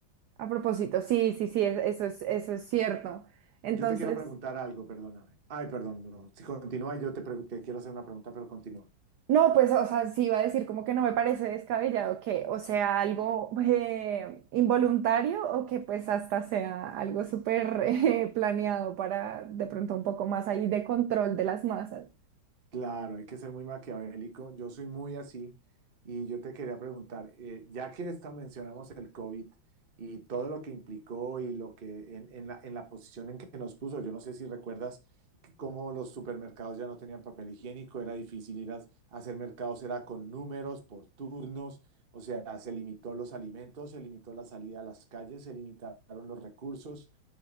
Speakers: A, on the right; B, on the right.
A: A propósito, sí, sí, sí, e- eso es, eso es cierto. Entonces...
B: Yo te quiero preguntar algo, perdóname. Ay, perdón, no. Si continúa, yo te, pregu- te quiero hacer una pregunta, pero continúa.
A: No, pues, o sea, sí iba a decir como que no me parece descabellado que o sea algo eh, involuntario o que pues hasta sea algo súper <laughs> eh, planeado para de pronto un poco más ahí de control de las masas.
B: Claro, hay que ser muy maquiavélico. Yo soy muy así y yo te quería preguntar, eh, ya que esta mencionamos el COVID y todo lo que implicó y lo que en, en la, en la posición en que nos puso, yo no sé si recuerdas que cómo los supermercados ya no tenían papel higiénico, era difícil ir a a hacer mercados, era con números, por turnos. O sea, se limitó los alimentos, se limitó la salida a las calles, se limitaron los recursos.